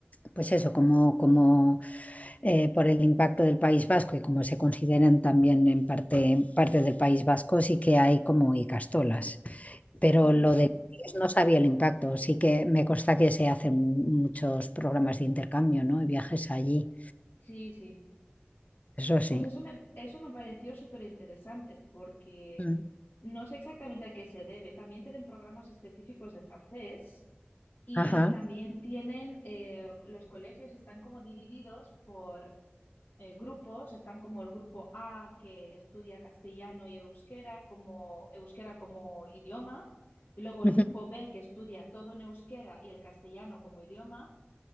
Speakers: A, on the left; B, on the left.
A: pues eso, como, como eh, por el impacto del País Vasco y como se consideran también en parte, parte del País Vasco, sí que hay como icastolas. Pero
B: Mm,
A: lo de no sabía el impacto, sí que me consta que se hacen muchos programas de intercambio, ¿no? Y viajes allí,
B: sí, sí.
A: eso sí.
B: Pues eso me, eso me pareció súper interesante porque
A: Mm.
B: no sé exactamente a qué se debe. También tienen programas específicos de francés y
A: Ajá.
B: también tienen, eh, los colegios están como divididos por eh, grupos. Están como el grupo A que estudia castellano y euskera como, euskera como idioma. Y luego el
A: Ujú,
B: grupo B que estudia todo en euskera y el castellano como idioma.